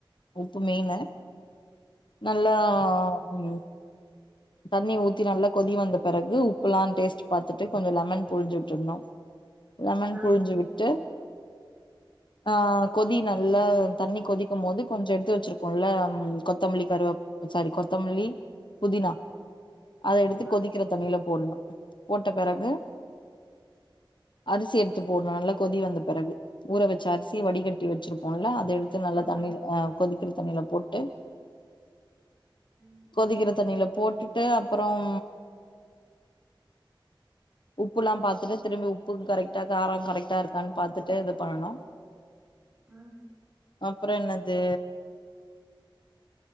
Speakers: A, on the left (about 60°); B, on the right (about 20°).
A: உப்பு மெயினு நல்லா ம் தண்ணி ஊத்தி நல்லா கொதி வந்த பிறகு உப்பு எல்லாம் டேஸ்ட் பாத்துட்டு கொஞ்சம் லெமன் புளுஞ்சு விட்டுடணும் லெமன்
B: ஆ
A: புளிஞ்சு விட்டு ஆ கொதி நல்லா தண்ணி கொதிக்கும் போது கொஞ்சம் எடுத்து வச்சிருக் கோல கொத்தமல்லி கருவப் சாரி கொத்தமல்லி புதினா அத எடுத்து
B: ஆமா
A: கொதிக்கிற தண்ணியில போடணும் போட்ட பிறகு அரிசி எடுத்து போடணும் நல்லா கொதி வந்த பிறகு ஊற வச்ச அரிசி வடிகட்டி வச்சிருப்போம்ல அத எடுத்து நல்ல
B: ஆமா
A: தண்ணியில அ கொதிக்க கிற தண்ணியில போட்டு
B: ம்
A: கொதிக்கிற தண்ணியில போட்டுட்டு அப்புறம் உப்பெல்லாம் பாத்துட்டு திரும்பி உப்பு கரெக்டா காரம் கரெக்டா இருக்கான்னு பாத்துட்டு பண்ணணும்
B: அ
A: அப்புறம் என்னது